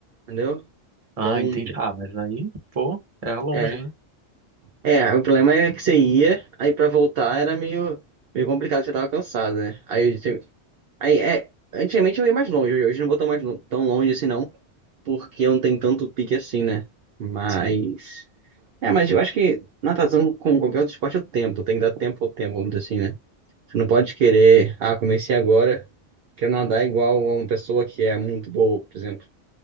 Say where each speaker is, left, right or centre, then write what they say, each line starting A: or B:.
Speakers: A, on the right; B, on the right.
A: entendeu?
B: Ah,
A: Então.
B: entendi. Ah, mas aí, pô, era longe,
A: É,
B: hein?
A: é, o problema é que você ia, aí pra voltar era meio, meio complicado, você tava cansado, né? Aí, você- aí é, antigamente eu ia mais longe, hoje não vou tão, mais, lo- tão longe assim não, porque eu não tenho tanto pique assim, né? Mas,
B: Sim.
A: é, mas eu acho que natação com qualquer outro esporte é o tempo, tem que dar tempo ao tempo, vamos dizer assim, né? Você não pode querer, ah, comecei agora, quero nadar igual a uma pessoa que é muito boa, por exemplo.